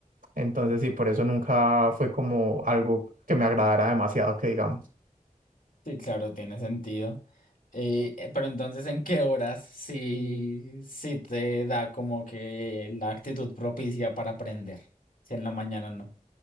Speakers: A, on the right (about 75°); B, on the left (about 75°).
A: Entonces sí, por eso nunca fue como algo que me agradara demasiado, que digamos.
B: Sí, claro, tiene sentido. Eh, eh, pero entonces, ¿en qué horas sí, sí te da como que la actitud propicia para aprender? Si en la mañana no.